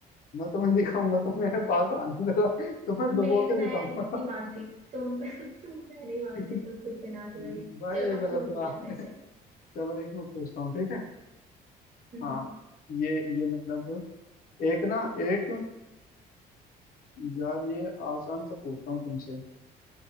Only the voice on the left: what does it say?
मैं तुम्हें दिखाऊंगा तुम मेरे पास आना जरा तुम्हें
डुबो के
दिखाऊंगा
<laughs>
भाई
ये गलत
बात
चलो एक मैं पूछता हूँ ठीक है
हाँ ये ये मतलब एक ना एक यार ये आसान से पूछता हूँ तुमसे